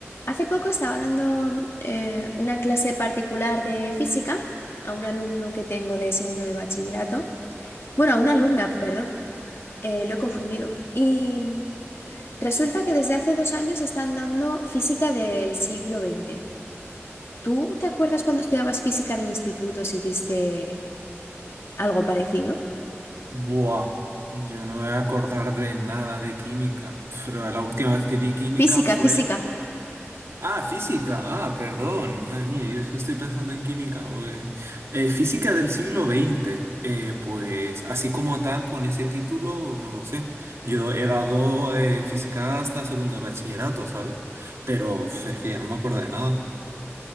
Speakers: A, on the left (about 60°); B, on the right (about 70°).
A: Hace poco estaba dando eh, una clase particular de física a un alumno que tengo de segundo de bachillerato. Bueno, a una alumna, perdón, eh, lo he confundido. Y mm, resulta que desde hace dos años están dando física del siglo XX. ¿Tú te acuerdas cuando estudiabas física en el instituto si diste algo parecido?
B: Buah, yo no me voy a acordar de nada de química. Pero la última vez que di química
A: Física,
B: fue...
A: física.
B: Ah, física. Ah, perdón. Madre mía, yo es que estoy pensando en química. porque- Eh, física del siglo veinte Eh, pues así como tal, con ese título, no lo sé. Yo he dado eh, física hasta segundo de bachillerato, ¿sabes? Pero uf, es que ya no me acuerdo de nada.